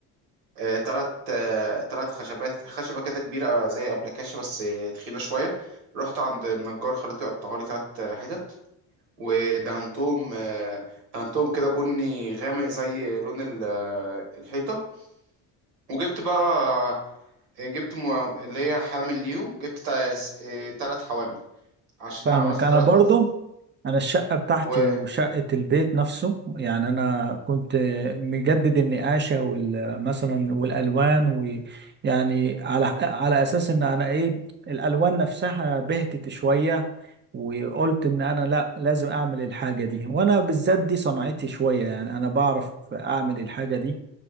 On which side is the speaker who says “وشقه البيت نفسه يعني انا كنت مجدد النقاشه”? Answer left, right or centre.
Right